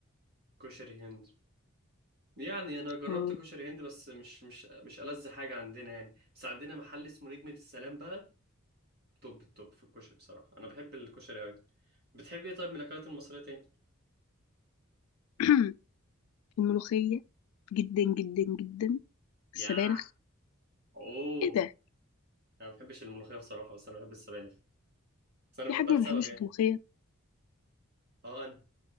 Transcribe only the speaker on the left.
آه.
<clears throat> الملوخيه جدا جدا جدا
السبانخ
ايه ده
في
حد ما
بيحبش
الملوخيه